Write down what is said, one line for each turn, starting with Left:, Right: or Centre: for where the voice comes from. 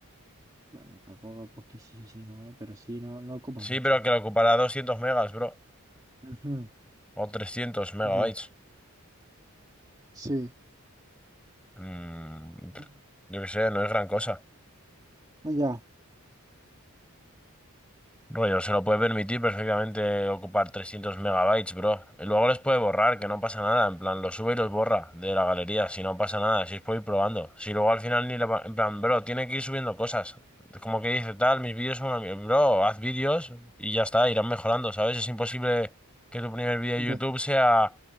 Right: Bueno, tampoco poquísimo, ¿eh? Pero sí, no, no ocupa
Centre: Sí,
Right: mucho.
Centre: pero que lo ocupará 200 megas, bro.
Right: Ujú,
Centre: O 300 megabytes.
Right: Ya, sí.
Centre: Mm, pff,
Right: Ah,
Centre: yo qué sé, no es gran cosa.
Right: Ya.
Centre: Rollo, se lo puede permitir perfectamente ocupar 300 megabytes, bro. Y luego les puede borrar, que no pasa nada. En plan, los sube y los borra de la galería. Si no pasa nada, si es por ir probando. Si luego al final ni le va... En plan, bro, tiene que ir subiendo cosas. Como que dice tal, mis vídeos son una... mier- Bro, haz vídeos y ya está, irán mejorando, ¿sabes? Es imposible que tu primer vídeo de
Right: Empe-
Centre: YouTube sea